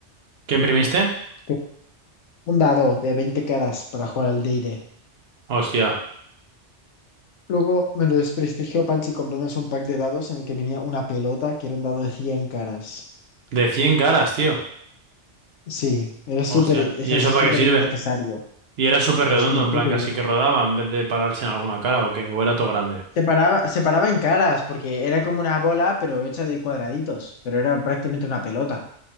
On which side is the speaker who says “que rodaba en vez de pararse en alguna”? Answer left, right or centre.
Right